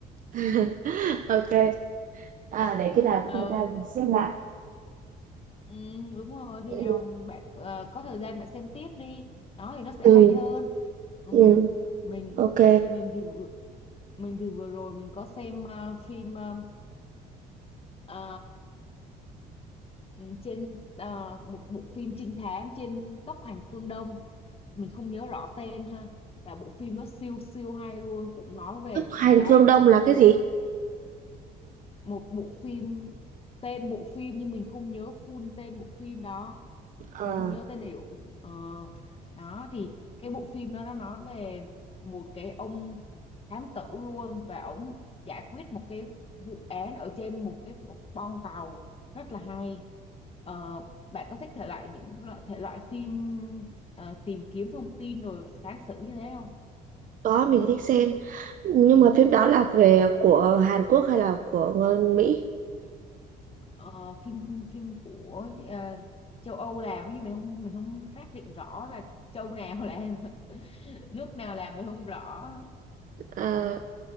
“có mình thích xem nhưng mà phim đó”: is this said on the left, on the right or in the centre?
Right